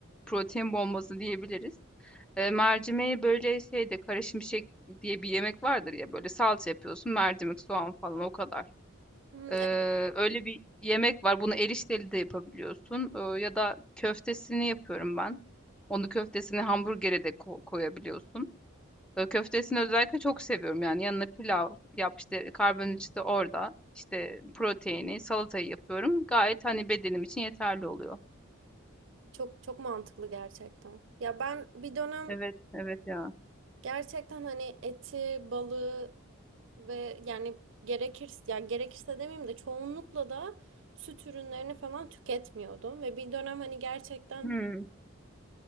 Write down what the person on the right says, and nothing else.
Hmm,
evet.
Çok çok mantıklı gerçekten. Ya ben bir dönem
gerçekten hani eti, balığı ve yani gerekirse yani gerekirse demeyeyim de çoğunlukla da süt ürünlerini falan tüketmiyordum ve bir dönem hani gerçekten